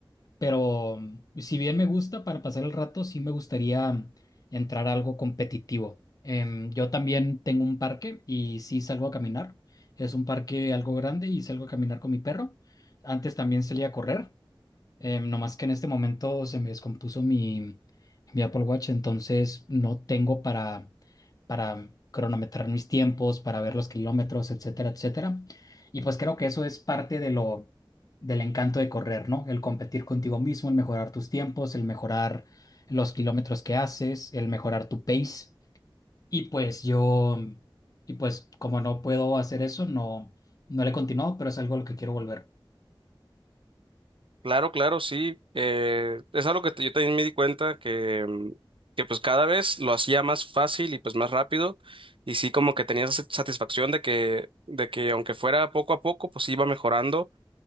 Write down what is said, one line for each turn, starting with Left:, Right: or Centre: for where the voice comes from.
Left: Pero mm, si bien me gusta para pasar el rato, sí me gustaría entrar a algo competitivo. Em, yo también tengo un parque y sí salgo a caminar. Es un parque algo grande y salgo a caminar con mi perro. Antes también salía a correr. Eh, no más que en este momento se me descompuso mi, mi Apple Watch, entonces no tengo para, para cronometrar mis tiempos, para ver los kilómetros, etcétera, etcétera. Y pues creo que eso es parte de lo, del encanto de correr, ¿no? El competir contigo mismo, el mejorar tus tiempos, el mejorar los kilómetros que haces, el mejorar tu pace. Y pues yo, y pues como no puedo hacer eso, no, no le he continuado, pero es algo a lo que quiero volver.
Right: Claro, claro, sí. Eh, es algo que te- yo también me di cuenta que, mm, que pues cada vez lo hacía más fácil y pues más rápido y sí como que tenía esa satisfacción de que, de que aunque fuera poco a poco pues iba mejorando.